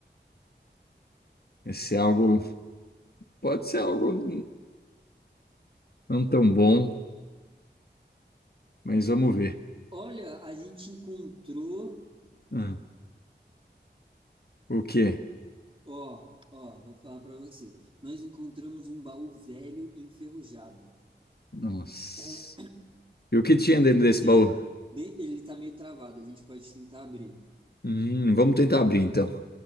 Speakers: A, on the left (about 55°); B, on the right (about 30°).
A: Esse é algo. Pode ser algo não tão bom, mas vamos ver.
B: Olha, a gente encontrou,
A: Hum. O quê?
B: ó, ó, vou falar para você. Nós encontramos um baú velho enferrujado.
A: Nossa.
B: É
A: E o que tinha dentro desse
B: bem,
A: baú?
B: bem, ele tá meio travado, a gente pode tentar abrir.
A: Hum, vamos tentar abrir então.